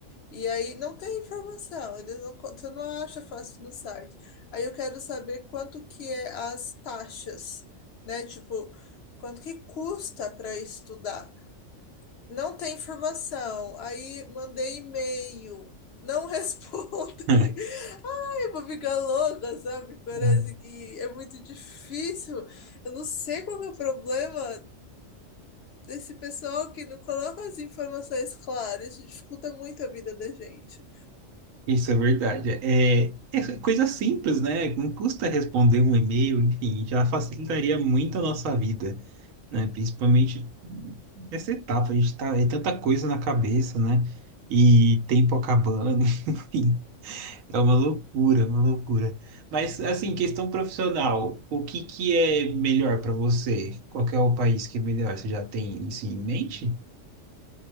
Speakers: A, on the left (about 65°); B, on the right (about 85°).
A: E aí não tem informação, eles não, con- você não acha fácil no site. Aí eu quero saber quanto que é as taxas, né, tipo, quanto que custa para estudar. Não tem informação. Aí mandei e-mail, não <laughs> respondem.
B: <laughs>
A: Vou ficar louca, sabe? Parece
B: Ah,
A: que é muito difícil. Eu não sei qual que é o problema desse pessoal que não coloca as informações claras. Isso dificulta muito a vida da gente.
B: Isso é verdade. É, é coisa simples, né? Não custa responder um e-mail, enfim, já facilitaria muito a nossa vida, né? Principalmente nessa etapa, a gente tá, é tanta coisa na cabeça, né? E tempo acabando, <laughs> enfim, é uma loucura, uma loucura. Mas, assim, questão profissional, o que que é melhor para você? Qual que é o país que é melhor? Você já tem isso em mente?